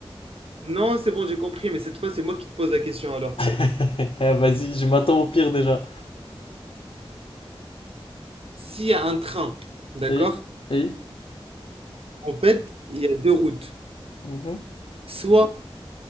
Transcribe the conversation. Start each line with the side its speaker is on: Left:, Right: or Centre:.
Right: Non, c'est bon, j'ai compris, mais cette fois, c'est moi qui te pose la question alors.
Left: <laughs> Ah, Vas-y, je m'attends au pire déjà.
Right: S'il y a un train, d'accord?
Left: Oui? Oui?
Right: En fait, il y a deux routes.
Left: Mhm.
Right: Soit,